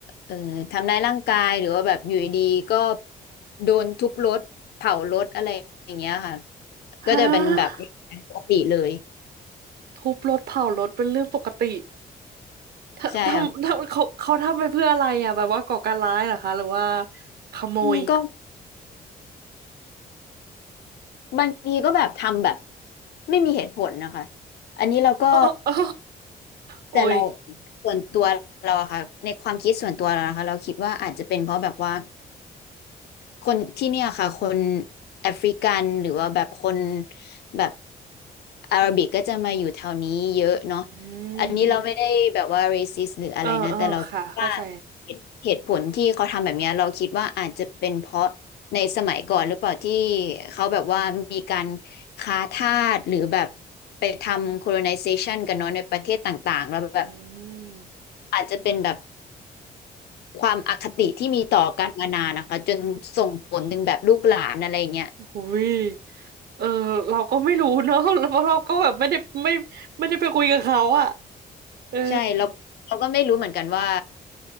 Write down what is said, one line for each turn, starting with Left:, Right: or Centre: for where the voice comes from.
Left: เออทำร้ายร่างกายหรือว่าแบบอยู่ดีๆก็โดนทุบรถเผารถอะไรอย่างเงี้ยค่ะ
Right: ฮะ
Left: ก็จะเป็นแบบปกติเลย
Right: ทุบรถเผารถเป็นเรื่องปกติเธอทำทำเขาเขาทำไปเพื่ออะไรอะแบบว่าก่อการร้ายเหรอคะหรือว่า
Left: ใช่ครับ
Right: ขโมย
Left: อืมก็บางทีก็แบบทำแบบไม่มีเหตุผลนะคะอันนี้เราก็
Right: <laughs> เออเออโอ้ย
Left: แต่เราส่วนตัวเราอะค่ะในความคิดส่วนตัวเรานะคะเราคิดว่าอาจจะเป็นเพราะแบบว่า คนที่เนี่ยค่ะคนแอฟริกันหรือว่าแบบคนแบบอาหรับิกก็จะมาอยู่แถวนี้เยอะเนาะ
Right: อืม
Left: อันนี้เราไม่ได้แบบว่าเรซิสหรืออะไรนะแต่เราคิดว่า
Right: เออเออค่ะ เข้าใจ
Left: เหตุเหตุผลที่เขาทำแบบเนี้ยเราคิดว่าอาจจะเป็นเพราะในสมัยก่อนหรือเปล่าที่เขาแบบว่ามีการค้าทาสหรือแบบไปทำ colonization กันเนาะในประเทศต่างๆแล้วแบบ
Right: อืม
Left: อาจจะเป็นแบบ ความอคติที่มีต่อกันมานานนะคะจนส่งผลถึงแบบลูกหลานอะไรอย่างเงี้ย
Right: อุ้ยเออเราก็ไม่รู้เนอะ <laughs> เพราะเราก็แบบไม่ได้ไม่ไม่ได้ไปคุยกับเขาอะเออ
Left: ใช่แล้วเราก็ไม่รู้เหมือนกันว่า